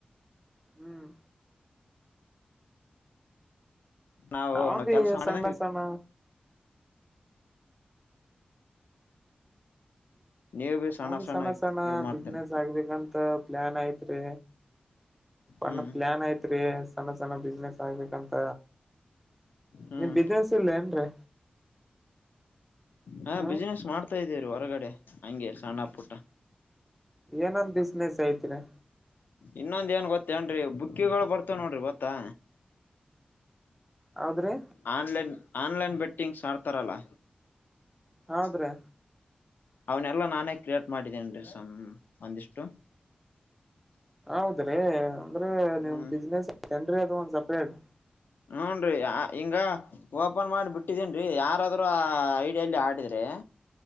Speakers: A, in the centre; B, on the left.
A: ಹ್ಮ್
B: ನಾವು
A: ನಾ
B: ನಾವ್
A: ಭೀ
B: ಕೆಲ್ಸ ಮಾಡಿದಂಗ
A: ಸಣ್ಣ ಸಣ್ಣ
B: ನೀವು ಬಿ
A: ನಾವಿ ಸಣ್ಣ ಸಣ್ಣ
B: ಇದ್ ಮಾಡ್ತೀನ
A: ಬಿಸ್ನೆಸ್ ಆಗ್ಬೇಕಂತ ಪ್ಲಾನ್ ಐತ್ರಿ ಒಣ್ಣ
B: ಹ್ಮ್
A: ಪ್ಲಾನ್ ಐತ್ರಿ ಸಣ್ಣ ಸಣ್ಣ ಬಿಸ್ನೆಸ್ ಆಗ್ಬೇಕಂತ
B: ಹ್ಮ್
A: ನೀನ್ ಬಿಸ್ನೆಸ್ ಇಲ್ಲ ಏನ್ರಿ
B: ಹಾ
A: ಹ್ಮ್
B: ಬಿಸ್ ನನೆಸ್ ಮಾಡ್ತಾ ಇದೀವ್ರರಿ ಹೊರಗಡೆ ಹಂಗೆ ಸಣ್ಣ ಪುಟ್ಟ
A: ಏನೊಂದ್ ಬಿಸ್ಸ್ ಐತಿ ರಾ
B: ಇನ್ನೊಂದ ಏನ್ ಗೊತ್ತೇನ್ರೀ ಬುಕ್ಕಿಗಳು ಬರ್ತಾವ ನೋಡ್ರಿ ಗೊತ್ತಾ
A: ಹೌದ್ರಿ
B: ಆನ್ಲೈನ್ ಆನ್ಲೈನ್ ಬೆಟ್ಟಿಂಗ್ಸ್ ಆಡ್ತಾರಲ್ಲ ನಮಸ್ಕಾರ
A: ಹೌದ್ರಿ
B: ಅವನ್ನಲ್ಲಾ ನಾನೇ ಕ್ರಿಯೇಟ್ ಮಾಡಿದ್ದೇನ್ ರರಿ ಸ ಒಂದಿಷ್ಟು
A: ಹೌದ್ರಿ ಅಂದ್ರೆ ನಿಮ್
B: ಹ್ಮ್
A: ಬಿಸ್ನೆಸ್ ಜನ್ ಅದು ಒಂದ್ ಸಪ್ರೇಟ್
B: ಹೂನ್ರಿ ಆ ಹಿಂಗ ಓಪನ್ ಮಾಡಿ ಬಿಟ್ಟಿದೇನ್ ಯಾರಾದ್ರೂ ಆ ಐಡಿಯಲ್ಲಿ ಆಡಿದ್ರೆ